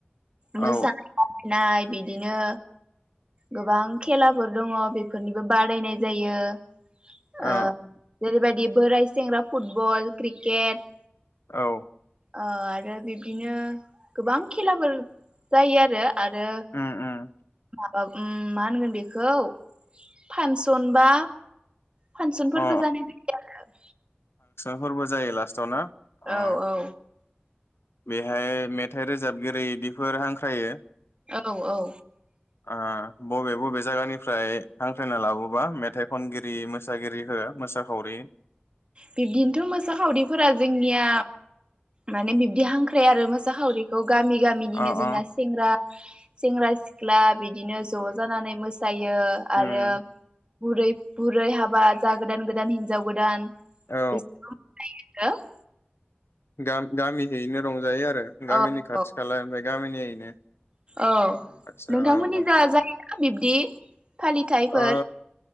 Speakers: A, on the right; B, on the left.
A: मोसानाय
B: औ
A: बादायलायनाय बिदिनो गोबां खेलाफोर दङ बेफोरनिबो बादायनाय जायो ओ
B: ओ
A: जेरैबायदि बिदि बोराय सेंग्रा फुटबल क्रिकेट
B: औ
A: ओ आरो बिब्दिनो गोबां खेलाफोर जायो आरो
B: उम उम
A: आरो उम मा होनगोन बेखौ फानसन बा फासनफोरबो
B: अ
A: जानाय बायदि जायो आरो
B: फोरबो जायो लास्टआव ना अ
A: औ औ
B: बेहाय मेथाइ रोजाबगिरि बिदिफोर हांख्रायो
A: औ औ
B: आं बबे बबे जायगानिफ्राय हांख्रायना लाबोबा मेथाइ खनगिरि मोसागिरि खो मोसाखावरि
A: बिब्दिनोथ मोसाखावरिफोरा जोंनिया माने बिब्दि हांख्राय आरो मोसाखावरिखौ गामि गामिनिनो
B: अ
A: जोंना
B: अ
A: सेंग्रा सेंग्रा सिख्ला सिख्ला बिदिनो ज' जानानै मोसायो
B: उम
A: आरो बुरै बुरै हाबा जा गोदान गोदान हिनजाव गोदान फैसा
B: औ
A: <unintelligible>
B: गा-गामियैनो रंजायो आरो गामिनि
A: औ
B: खाथि
A: औ
B: खाला गामिनियैनो।
A: औ
B: आदसा
A: नोंथांमोननि
B: औ औ
A: जा जाय बिब्दि फालिथायफोर
B: ओ